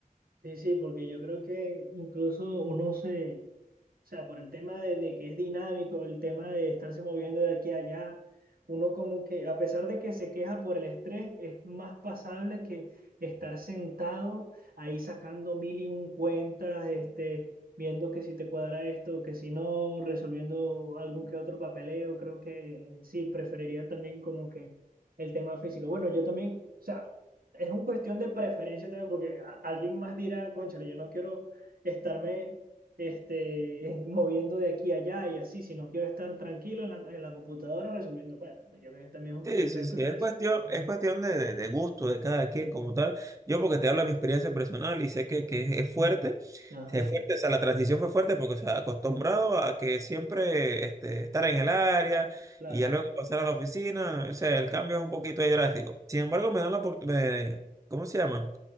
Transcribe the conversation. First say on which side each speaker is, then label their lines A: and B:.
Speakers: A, on the right; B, on the right.
A: Sí, sí, porque yo creo que incluso uno se, O sea, por el tema de, de que es dinámico, el tema de estarse moviendo de aquí a allá, uno como que, a pesar de que se queja por el estrés, es más pasable que estar sentado ahí sacando mil y un cuentas, este, viendo que si te cuadra esto, que si no, resolviendo algún que otro papeleo. Creo que sí, preferiría también como que el tema físico. Bueno, yo también, o sea, es una cuestión de preferencia también, porque a- alguien más dirá, cónchale, yo no quiero estarme este, <laughs> moviendo de aquí a allá y así, si no quiero estar tranquilo en la, en la computadora resolviendo cuentas. Pues yo creo que también es una
B: Sí,
A: cuestión
B: sí,
A: de preferencia.
B: sí, es cuestión, es cuestión de, de- de gusto de cada quien como tal. Yo porque te hablo de mi experiencia personal y sé que, que es, es fuerte,
A: Ajá,
B: es fuerte, o sea, la transición fue fuerte porque, o sea, acostumbrado a que siempre este, estar en el área
A: claro.
B: y ya luego pasar a la oficina, o sea, el cambio es un poquito ahí drástico. Sin embargo, me dan la oportunidad, ¿cómo se llama?